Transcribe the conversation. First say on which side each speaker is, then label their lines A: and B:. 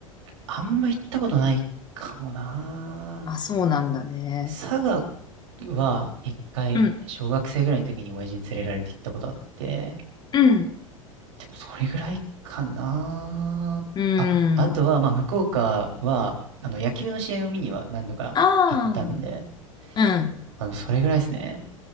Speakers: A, on the right; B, on the left.
A: あんま行ったことないかもな。
B: あ、そうなんだね。
A: 佐賀は一回、
B: うん。
A: 小学生ぐらいの時に親父に連れられて行ったことあって、
B: うん。
A: でもそれぐらいかな。
B: うー
A: あ、あとは、
B: ん。
A: まあ、福岡は、あの、野球の試合を見には何度か行ったんで、
B: ああ、うん。
A: あの、それぐらいですね。